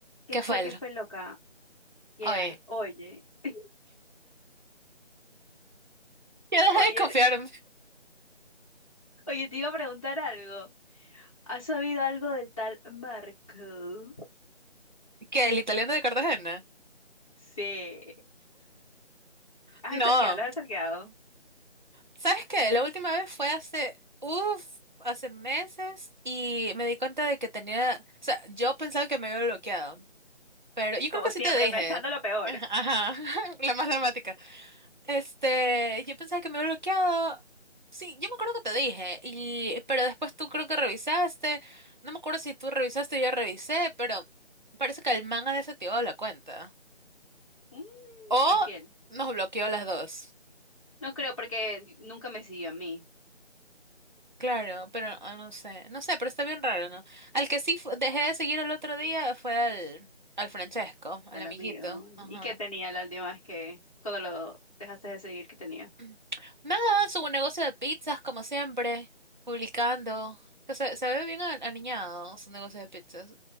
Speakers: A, on the left; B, on the right.
A: ¿Qué
B: ¿Qué
A: fue,
B: falta?
A: qué fue loca? ¿Qué
B: Oye,
A: hay? Oye, <laughs>
B: yo dejé
A: oye,
B: de confiar
A: oye, te iba a preguntar algo. ¿Has sabido algo del tal Marco?
B: que el italiano de Cartagena.
A: Sí. Ah,
B: No,
A: es el que hablo, es el que hago.
B: ¿sabes qué? La última vez fue hace, uff, hace meses y me di cuenta de que tenía, o sea, yo pensaba que me había bloqueado, pero yo creo
A: Como
B: que
A: siempre,
B: sí te dije.
A: pensando lo peor.
B: Ajá, <laughs> la más dramática. Este, yo pensaba que me había bloqueado. Sí, yo me acuerdo que te dije, y pero después tú creo que revisaste, no me acuerdo si tú revisaste o yo revisé, pero parece que el man ha desactivado la cuenta.
A: Mm,
B: O
A: infiel.
B: nos bloqueó las dos.
A: No creo porque nunca me siguió a mí,
B: Claro, pero ah, no sé, no sé, pero está bien raro, ¿no? Al que sí fu- dejé de seguir el otro día fue al, al Francesco, al
A: al
B: amiguito.
A: amigo.
B: Ajá.
A: ¿Y qué tenía la última vez que, cuando lo dejaste de seguir, qué tenía?
B: <clears throat> Nada, su negocio de pizzas, como siempre, publicando. Que se, se ve bien a- aniñado su negocio de pizzas.